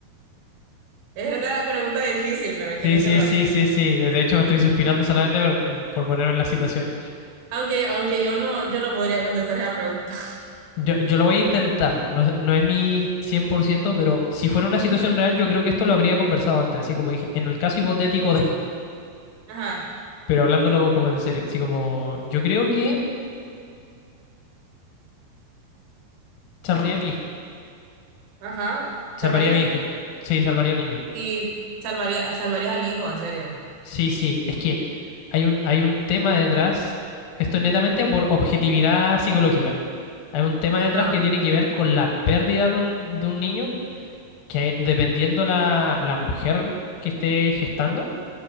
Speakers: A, on the right; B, on the left.
A: Es una pregunta difícil, pero ¿a quién
B: sí, sí,
A: salvarías?
B: sí, sí, sí. De hecho, me estoy suspirando solamente por, por ponerme en la situación.
A: Aunque, aunque yo no, yo no podría contestar esa pregunta.
B: Yo, yo lo voy a intentar. No, no es mi 100%, pero si fuera una situación real, yo creo que esto lo habría conversado antes. Así como dije, en el caso hipotético de...
A: <laughs> Ajá,
B: Pero hablándolo como en serio. Así como, yo creo que salvaría a mi hijo.
A: Ajá.
B: Salvaría
A: ¿Salvarías
B: a mi
A: al niño?
B: hijo. Sí, salvaría al niño.
A: Sí. salvaría, salvarías al hijo, en serio.
B: Sí, sí, es que hay un, hay un tema detrás, esto es netamente por objetividad psicológica, hay un tema
A: Ajá,
B: detrás que tiene que ver con la pérdida de un, de un niño, que dependiendo la, la mujer que esté gestando,